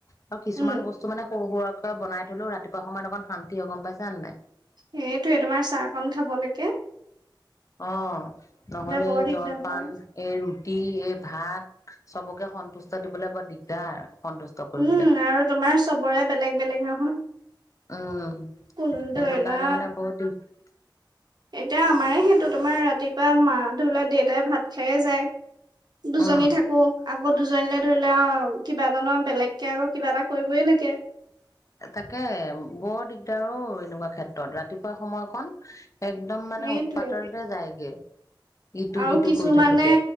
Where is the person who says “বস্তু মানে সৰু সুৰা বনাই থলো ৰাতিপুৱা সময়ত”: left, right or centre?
Left